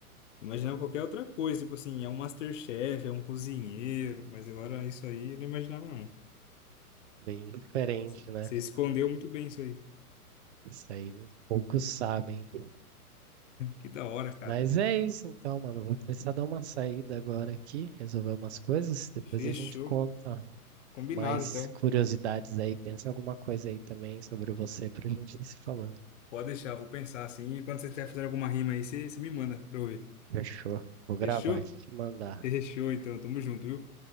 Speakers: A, on the left; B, on the right.
A: Imaginava qualquer outra coisa, tipo assim, é um MasterChef, é um cozinheiro, mas agora isso aí eu não imaginava não.
B: bem diferente,
A: Você
B: né?
A: você escondeu muito bem isso aí.
B: Isso aí né? poucos sabem.
A: Que da hora, cara.
B: Mas é isso então, mano. Vou precisar dar uma saída agora aqui, resolver umas coisas. Depois
A: Fechou.
B: a gente conta
A: Combinado,
B: mais
A: então.
B: curiosidades aí. Pensa em alguma coisa aí também sobre você pra gente ir se falando.
A: Pode deixar, vou pensar assim. E quando você estiver fazendo alguma rima aí, você, você me manda pra eu ver.
B: Fechou. Vou gravar
A: Fechou?
B: aqui e te mandar.
A: <laughs> Fechou, então. Tamo junto, viu?